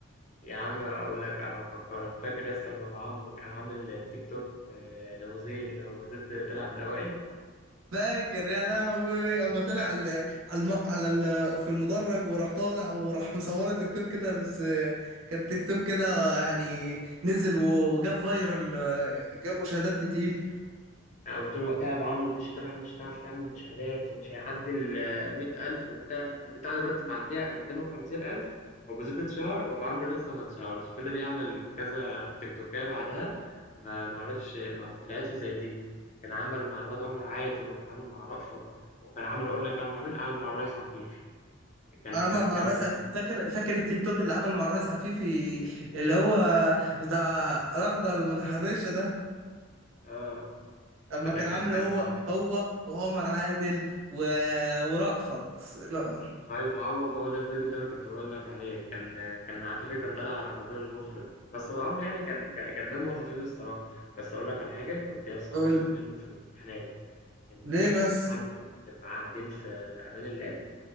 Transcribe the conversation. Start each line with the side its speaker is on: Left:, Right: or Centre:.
Left: يا عم اقول لك أه، افكرك فاكر يا اسطى لما ابو عمرو كان عامل تيك توك آه، لو زيد لو زيد طلع من الاوائل
Right: فاكر يا لهوي اما طلع
Left: انا
Right: على على الم... على ال... في المدرج وراح طالع وراح مصوره تيك توك كده بس آه، كان تيك توك كده يعني نزل و- وجاب فايرال آه، جاب مشاهدات كتير
Left: أنا قلت له وقتها يا ابو عمرو مش هتلعب مش هتعرف تعمل مشاهدات ومش هيعدي ال 100000 وبتاع البتاع دلوقتي معديه 250000 وابو زيد اتشهر وابو عمرو لسه ما اتشهرش فضل يعمل كذا تيك توكايه بعدها ما ما عرفش ما, ما طلعتش زي دي كان عمل مع الواد عمر عادل وكان عامل مع رأفت وكان عامل اقول لك عامل مع مين عامل مع الريس عفيفي كان
Right: عمل
Left: كانت
Right: مع
Left: جامده
Right: الريس ع- فاكر فاكر التيك توك اللي عمل مع الريس عفيفي اللي هو بتاع رغدة المتحرشة ده
Left: آه
Right: اما كان
Left: ده كان
Right: عامله
Left: كان
Right: هو
Left: صعب
Right: هو وعمر عادل و... ورأفت لا
Left: ما هو ما هو ما هو ده الفيديو اللي أنا كنت بقول لك عليه كان كان عفيفي كان طالع بدور المخرج بس أبو عمرو يعني كان كان كان دمه خفيف الصراحة بس أقول لك على حاجة كنت يا اسطى
Right: قول
Left: بخاف منه في الامتحانات كان
Right: ليه
Left: بيبقى في
Right: بس
Left: الامتحان كده نبقى قاعدين في أمان الله